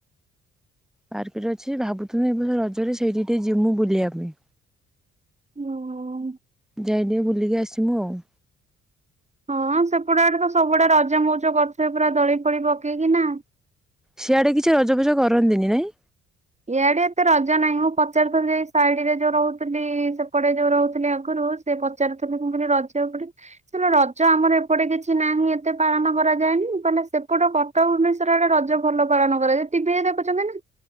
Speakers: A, in the centre; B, on the right.
A: ପାର୍କରେ ଅଛି ଭାବୁଥିଲି ଏବେ ରଜରେ ସେଇଠି ଟିକେ ଯିମୁ ବୁଲିବା ପାଇଁ
B: ହଁ
A: ଯାଇଡି ବୁଲିକି ଆସିମୁ ଆଉ
B: ହଁ ସେପଟେ ଗଡେ ତ ସବୁଆଡେ ରଜ ମଉଜ କରିଥିବେ ପୁରା ଦୋଳି ଫୋଳି ପକେଇକି ନା
A: ସିଆଡେ କିଛି ରଜଫଜ କରନ୍ତି ନି ନାଇଁ
B: ଇଆଡେ ଏତେ ରଜ ନାହିଁ ମୁଁ ପଚାରୁଥିଲି ଏ ସାଇଡରେ ଯୋଉ ରହୁଥିଲି ସେପଟେ ଯୋଉ ରହୁଥିଲି ଆଗରୁ ସେ ପଚାରୁଥିଲି ମୁଁ କହିଲି ରଜ ଏପଟେ ରଜ ଆମର ଏପଟେ କିଛି ନାହିଁ ଏତେ ପାଳନ କରାଯାଏନି କହିଲେ ସେପଟେ କଟକ ଭୁବନେଶ୍ୱର ଆଡେ ରଜ ଭଲ ପାଳନ କରାଯାଏ ଟିଭିରେ ଦେଖୁଛନ୍ତି ନା